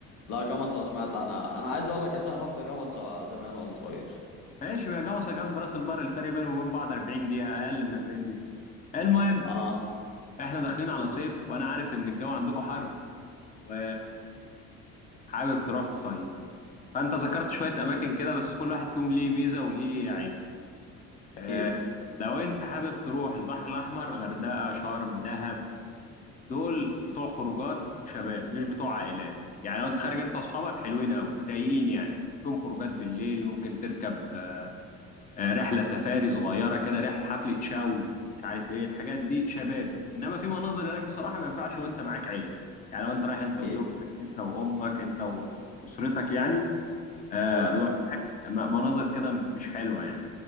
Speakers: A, on the left (about 85°); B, on the left (about 25°).
A: لا جمصة سمعت انا انا عايز اقول لك اصلا رحت جمصة زمان وانا صغير
B: ماشي ما جمصة جنب راس البر الفرق بينهم وبين بعض 40 دقيقة أقل من 40 دقيقة المهم
A: اه
B: احنا داخلين على صيف وأنا عارف إن الجو عندكم حر و... حابب تروح تصيف فانت ذكرت شويه اماكن كده بس كل واحد فيهم ليه ميزه وليه عيب آه
A: اكيد
B: لو انت حابب تروح البحر الاحمر غردقه شرم دهب دول بتوع خروجات شباب مش بتوع عائلات يعني لو انت خارج انت واصحابك حلوين قوي رايقين يعني فيهم خروجات بالليل ممكن تركب آه، آه، رحله سفاري صغيره كده رحله حفله شاوي مش عارف ايه الحاجات دي شبابي انما في مناظر هناك بصراحه ما ينفعش وانت معاك عيله يعني لو انت رايح انت
A: اكيد
B: وزوجتك انت وامك انت واسرتك يعني آه،
A: فعلا
B: بيبقى في حاجات- م- مناظر كده مش حلوة يعني